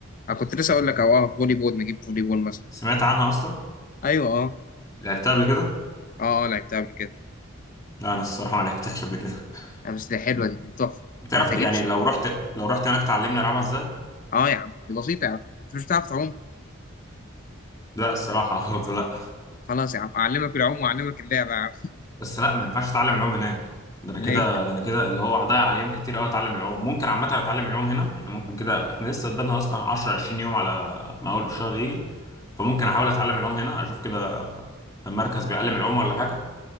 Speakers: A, on the left; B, on the left.
A: انا كنت لسه اقول لك او اه فولي بول نجيب فولي بول مثلا
B: سمعت عنها اصلا
A: ايوه اه
B: لعبتها قبل كده
A: اه اه لعبتها قبل كده
B: لا انا الصراحة ما لعبتهاش قبل كده <laughs>
A: آه، بس دي حلوه دي تحفه
B: بتعرف
A: محتاجين
B: يعني
A: ش...
B: لو رحت لو رحت هناك تعلمني العبها ازاي
A: اه يا عم دي بسيطه يا عم انت مش بتعرف تعوم
B: لا الصراحة <laughs> برضه لا.
A: خلاص يا عم اعلمك العوم واعلمك اللعبه يا عم
B: بس لا ما ينفعش اتعلم العوم هناك ده انا
A: ليه
B: كده ده انا كده اللي هو هضيع ايام كتير قوي اتعلم العوم ممكن عامه اتعلم العوم هنا يعني ممكن كده احنا لسه قدامنا اصلا 10 20 يوم على ما اول الشهر يجي فممكن احاول اتعلم العوم هنا اشوف كده مركز بيعلم العوم ولا حاجه